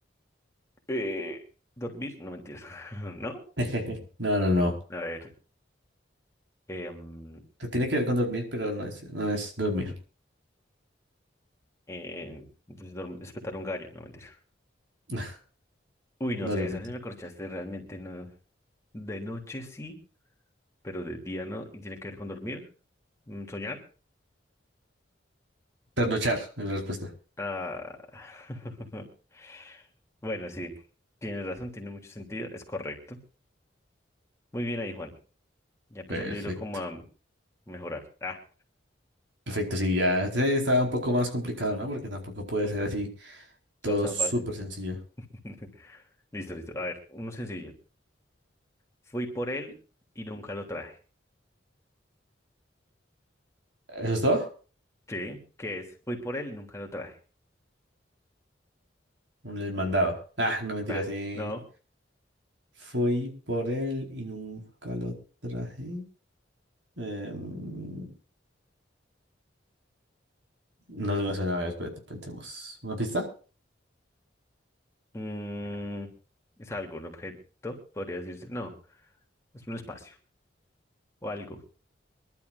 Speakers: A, on the left; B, on the right.
A: eh, dormir? No mentiras. <laughs> ¿No?
B: <laughs> No, no, no.
A: A ver. eh, mm,
B: Te tiene que ver con dormir, pero no es, no es dormir.
A: eh, pues, dorm- despertar un gallo. No mentiras.
B: <laughs>
A: Uy, no
B: No
A: sé,
B: realmente.
A: esa sí me corchaste realmente. No. De noche sí, pero de día no. ¿Y tiene que ver con dormir? Mm, ¿Soñar?
B: Trasnochar es la respuesta.
A: Ah. <laughs> Bueno, sí. Tienes razón, tiene mucho sentido. Es correcto. Muy bien ahí, Juan. Ya empezó
B: Perfecto.
A: el libro como a Mejorar. Ah,
B: Perfecto, sí, ya se estaba un poco más complicado, ¿no? Porque tampoco puede ser así todo
A: todo es tan
B: súper
A: fácil.
B: sencillo.
A: <laughs> Listo, listo. A ver, uno sencillo. Fui por él y nunca lo traje.
B: ¿Eso es todo?
A: Sí. ¿Qué es? Fui por él y nunca lo traje.
B: Un el mandado. Ah, no mentira,
A: Bah,
B: sí.
A: no.
B: Fui por él y nunca lo traje. Em, no me suena, a ver, espérate, pensemos. ¿Una pista?
A: Mm, es algo, un objeto, podría decirse. No, es un espacio o algo.